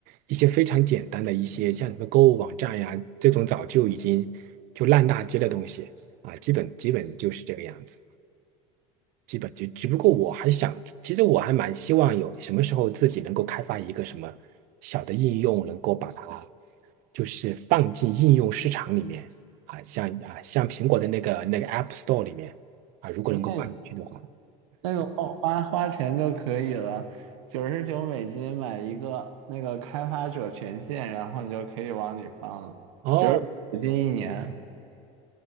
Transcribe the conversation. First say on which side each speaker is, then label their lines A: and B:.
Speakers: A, on the right; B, on the right.
A: 一些非常简单的一些像什么购物网站呀这种早就已经就烂大街的东西啊，基本基本就是这个样子，基本就只不过我还想，其实我还蛮希望有什么时候自己能够开发一个什么小的应用，能够把它就是放进应用市场里面啊，像啊像苹果的那个那个 App Store 里面啊，如果能够放进去的话。
B: 那。那个花花花钱就可以了，九十九美金买一个那个开发者权限，然后你就可以往里放了，
A: 哦，
B: 九十美金一年。